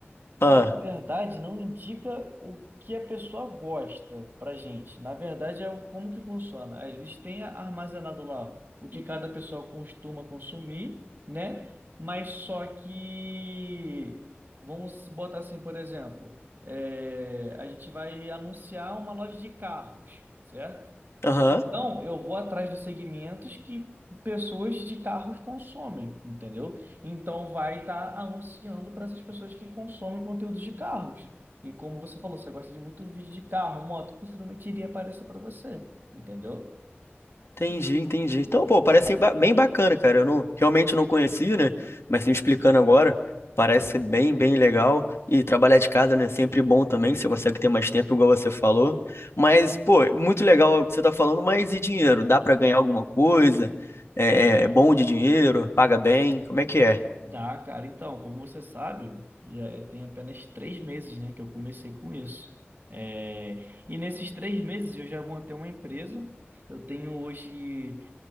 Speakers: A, on the right; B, on the left.
A: Na
B: ah,
A: verdade, não indica o que a pessoa gosta para gente. Na verdade, é o como que funciona. Eles têm armazenado lá o que cada pessoa costuma consumir, né? Mas só que vamos botar assim, por exemplo, é, a gente vai anunciar uma loja de carros, certo?
B: aham.
A: Então, eu vou atrás dos segmentos que pessoas de carros consomem, entendeu? Então, vai estar anunciando para essas pessoas que consomem conteúdos de carros. E como você falou, você gosta de muito vídeo de carro, moto, possivelmente iria aparecer para você, entendeu?
B: Entendi, entendi. Então, pô, parece ser ba- bem bacana, cara. Eu não, realmente não conhecia, né? Mas me explicando agora, parece ser bem, bem legal. E trabalhar de casa, né? é Sempre bom também, você consegue ter mais tempo, igual você falou. Mas, pô, muito legal o que você tá falando, mas e dinheiro? Dá pra ganhar alguma coisa? É,
A: Ah,
B: é é bom de dinheiro? Paga bem? Como é que é?
A: dá, cara. Então, como você sabe, e, eh, tem apenas três meses, né, que eu comecei com isso. É, E nesses três meses eu já montei uma empresa. Eu tenho hoje